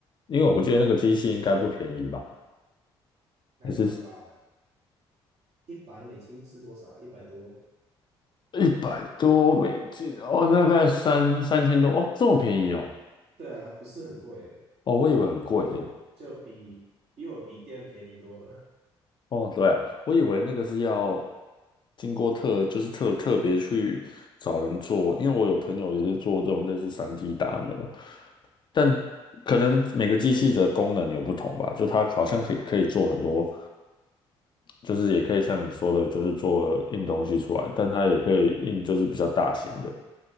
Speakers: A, on the left; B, on the right.
A: 因为我不记得那个机器应该不便宜吧？
B: 还好吧，
A: 还是？
B: 一百美金是多少？一百多，
A: 一百多美金哦，大概三三千多哦，这么便宜哦，
B: 对啊，不是很贵欸
A: 哦，我以为很贵耶。
B: 就比比我笔店便宜多了。
A: 哦，对啊，我以为那个是要经过特，就是特特别去找人做，因为我有朋友也是做这种类似三 d 打磨，但可能每个机器的功能有不同吧，就它好像可以可以做很多，就是也可以像你说的，就是做印东西出来，但它也可以印就是比较大型的。